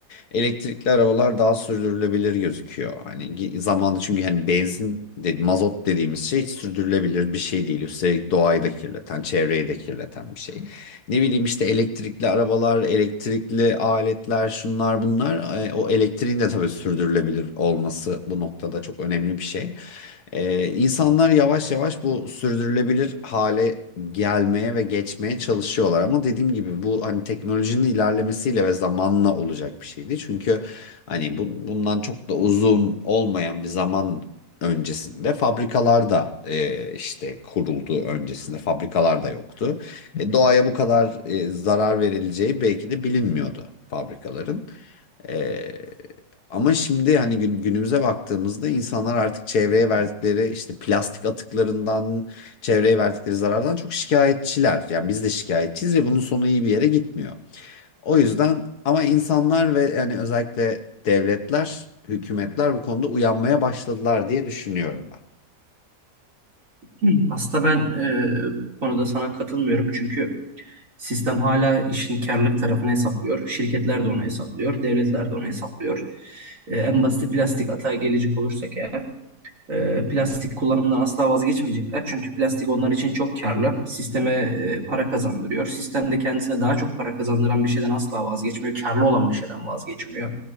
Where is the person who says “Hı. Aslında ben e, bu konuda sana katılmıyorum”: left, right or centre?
Right